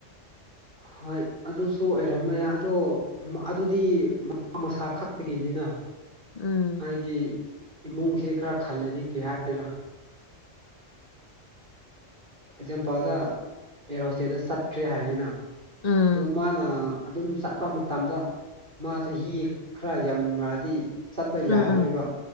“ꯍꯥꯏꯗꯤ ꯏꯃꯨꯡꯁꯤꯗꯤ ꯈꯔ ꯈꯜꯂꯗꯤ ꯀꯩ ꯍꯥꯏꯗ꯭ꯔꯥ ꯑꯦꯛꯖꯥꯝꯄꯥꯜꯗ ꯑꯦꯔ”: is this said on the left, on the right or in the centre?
Right